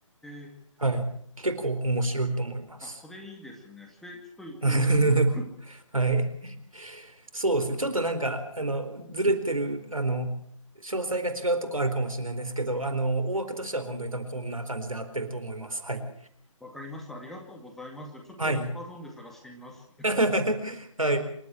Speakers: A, in the centre; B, on the right (about 85°).
A: え、
B: はい。結構面白いと思います。
A: あ、それいいですね。それちょっと読んでみよ
B: <laughs> はい。そうですね。ちょっとなんか、あの、ずれてる、あの、詳細が違うとこあるかもしれないですけど、あの、大枠としては本当に多分こんな感じで合ってると思います。はい。
A: う。わかりました。ありがとうございます。ちょっと
B: はい。
A: Amazon で探してみます。
B: <laughs> はい。